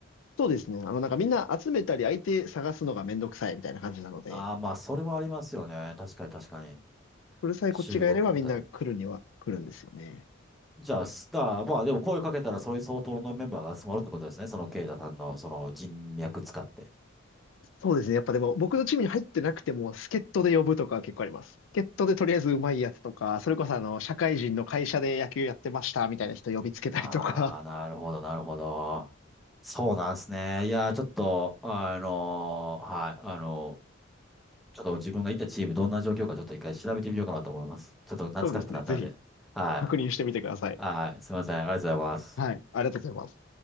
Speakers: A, on the left (about 70°); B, in the centre.
A: そうですね。あの、なんかみんな集めたり相手探すのがめんどくさいみたいな感じなので、
B: ああ、まあ、それはありますよね。確かに確かに。
A: それさえこっちがやればみんな来るには来るんですよね。
B: 集合かけたり。じゃあ、スター、まあでも声かけたら、それ相当のメンバーが集まるってことですね。その、ケイタさんの、その人脈使って。
A: そうですね。やっぱでも、僕のチームに入ってなくても、助っ人で呼ぶとかは結構あります。助っ人でとりあえずうまいやつとか、それこそあの、社会人の会社で野球やってましたみたいな人呼びつけたりとか、
B: ああ、なるほど、なるほど。そうなんですね。いやー、ちょっと、あのーはい、あのーちょっと自分がいたチーム、どんな状況か、ちょっと一回調べてみようかなと思います。ちょっと懐かしくなったんで。
A: <laughs> そうですね。ぜひ
B: はい、
A: 確認してみてください。
B: はい、すみません。ありがとうございます。
A: はい。ありがとうございます。